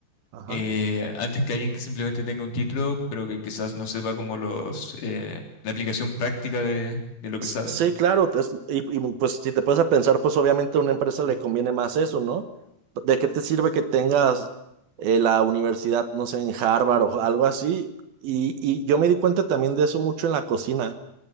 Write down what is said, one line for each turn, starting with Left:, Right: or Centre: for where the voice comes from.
Right: Ajá.
Left: eh, antes que alguien que simplemente tenga un título, pero que quizás no sepa como los, eh, la aplicación práctica de, de lo que
Right: S-
Left: sabe.
Right: Sí, claro, es- y, y, pues si te puedes a pensar, pues obviamente a una empresa le conviene más eso, ¿no? ¿De qué te sirve que tengas eh, la universidad, no sé, en Harvard o algo así? Y, y yo me di cuenta también de eso mucho en la cocina.